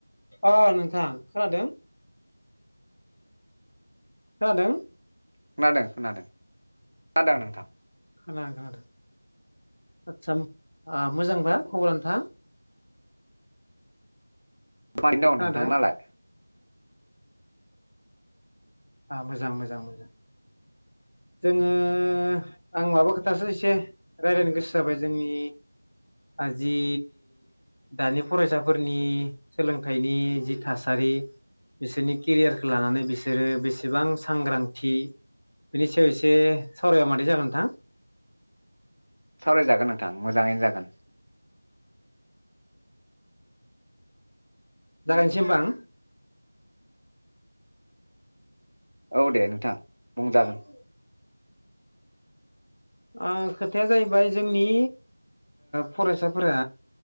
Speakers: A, on the left (about 40°); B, on the right (about 45°).
A: अ नोंथां खोनादों। खोनादों।
B: खोनादों खोनादों खोनादों नोंथां।
A: खोन खोनादों आदसा आ मोजांबा खबरा नोंथां?
B: मारैनो दङ
A: खोनादों
B: नोंथां नालाय?
A: मोजां मोजां मोजां जोङो आं माबा खोथासो एसे रायलायनो गोसो जाबाय जोंनि जि दानि फरायसाफोरनि सोलोंथाइनि जि थासारि बिसोरनि केरियारखौ लानानै बिसोरो बे बेसेबां सांग्रांथि बेनि सायाव एसे सावरायबा मादै जागोन नोंथां?
B: सावरायजागोन नोंथां मोजाङैनो जागोन।
A: जागायनोसैमबा आं।
B: औ दे नोंथां।
A: <unintelligible>
B: बुंजागोन
A: ओ खोथाया जाहैबाय जोंनि फरायसाफोरा